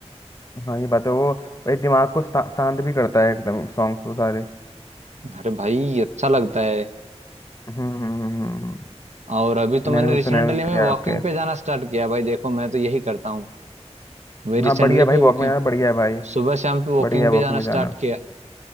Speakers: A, on the left (about 30°); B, on the right (about 80°).
A: हाँ ये बात है वो एक दिमाग को शा- शांत भी करता है एकदम सॉन्ग्स वो सारे
B: अरे भाई अच्छा लगता है
A: हम्म हम्म हम्म, हम्म।
B: और अभी तो
A: मैंने
B: मैंने रिसेंटली
A: भी सुना है उसके
B: में वॉकिंग
A: आपके
B: पे जाना स्टार्ट किया भाई देखो मैं तो यही करता हूँ वे रिसेंटली
A: हाँ बढ़िया भाई
B: पे वॉकिंग
A: वॉक में जाना बढ़िया है भाई
B: सुबह शाम पे वॉकिंग
A: बढ़िया है
B: पे
A: वॉकिंग
B: जाना
A: में जाना
B: स्टार्ट किया